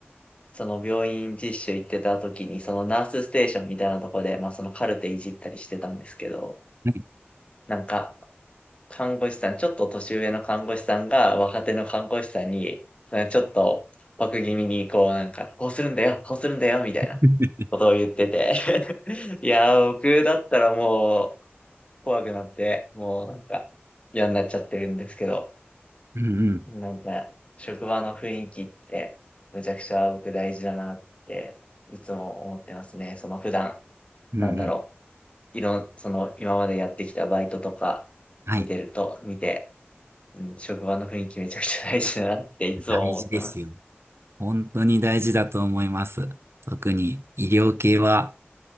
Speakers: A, on the left; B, on the right.
A: その病院実習行ってた時に、そのナースステーションみたいなとこで、まあそのカルテいじったりしてたんですけど、
B: はい
A: なんか、看護師さん、ちょっと年上の看護師さんが若手の看護師さんに、なんかちょっと枠気味にこうなんか、こうするんだよ、こうするんだよ、みたいな
B: <laughs>
A: ことを言ってて。<laughs> いやー、僕だったらもう怖くなって、もうなんか嫌になっちゃってるんですけど、
B: うんうん。
A: なんか職場の雰囲気ってむちゃくちゃ僕大事だなっていつも思ってますね。その普段、
B: うんうん。
A: なんだろう、いろん、その今までやってきたバイトとか見てると、
B: はい。
A: 見て、うん、職場の雰囲気めちゃくちゃ大事だなっていつも思ってます。
B: 大事ですよ。本当に大事だと思います。特に医療系は